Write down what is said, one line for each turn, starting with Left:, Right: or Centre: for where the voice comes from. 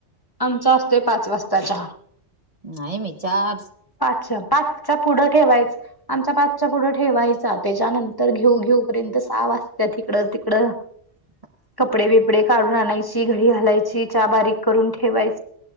Left: आमचा असतोय पाच वाजता च
Right: नाही मीचार
Left: पाच पाचचा पुढं ठेवायच आमचा पाचच्या पुढं ठेवायचा त्याच्यानंतर घेऊ घेऊपर्यंत साव वाजत तिकडं तिकडं
Right: ह
Left: कपडे विपडे घरून राह घ घालायची बारीक करून ठेवाय